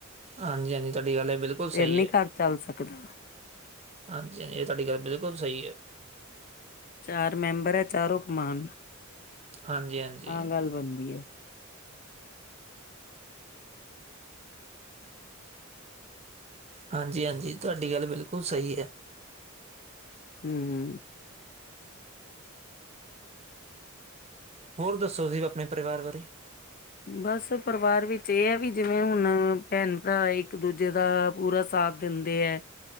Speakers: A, on the right; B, on the left.
A: ਹਾਂਜੀ ਹਾਂਜੀ ਤੁਹਾਡੀ ਗੱਲ ਇਹ ਬਿਲਕੁਲ
B: ਫਿਰ
A: ਸਹੀ
B: ਨੀ ਘਰ ਚੱਲ ਸਕਦਾ।
A: ਹਾਂਜੀ-ਹਾਂਜੀ, ਐ ਤੁਹਾਡੀ ਗੱਲ ਬਿਲਕੁਲ ਸਈ ਐ।
B: ਚਾਰ ਮੈਂਬਰ ਐ ਚਾਰੋ ਕਮਾਨ,
A: ਹਾਂਜੀ ਹਾਂਜੀ
B: ਤਾਂ ਗੱਲ ਬਣਦੀ ਐ।
A: ਹਾਂਜੀ-ਹਾਂਜੀ, ਤੁਹਾਡੀ ਗੱਲ ਬਿਲਕੁੱਲ ਸਈ ਐ।
B: ਹੂੰ।
A: ਹੋਰ ਦੱਸੋ ਸੀ, ਆਪਣੇ ਪਰਿਵਾਰ ਬਾਰੇ?
B: ਬਸ ਪਰਿਵਾਰ ਵਿੱਚ ਏ ਐ ਵੀ ਜਿਵੇਂ ਹੁਣ, ਭੈਣ ਭਰਾ ਇੱਕ ਦੂਜੇ ਦਾ ਪੂਰਾ ਸਾ ਦਿੰਦੇ ਐ,